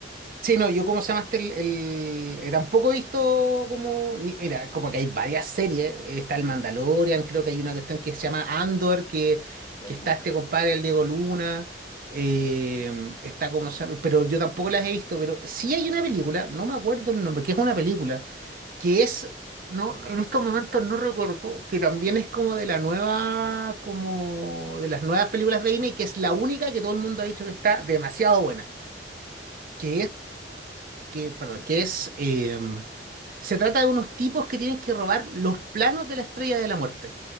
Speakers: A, on the right; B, on the left.
A: Sí, no, yo como se llamaste el, el- eh, tampoco he visto como, ni- mira, como que hay varias series, eh, está el
B: Sí,
A: Mandalorian, creo que hay una cuestión que se llama Andor, que,
B: sí, hay
A: que está
B: muchas.
A: este compadre, el Diego Luna, eh, está como, se llama- pero yo tampoco las he visto, pero sí hay una película, no me acuerdo el nombre, que es una película, que es, no, en estos momentos no recuerdo, que también es como de la nueva, como de las nuevas películas de Disney, que es la única que todo el mundo ha dicho que está demasiado buena que que, perdón, que es, eh, se trata de unos tipos que tienen que robar los planos de la Estrella de la Muerte.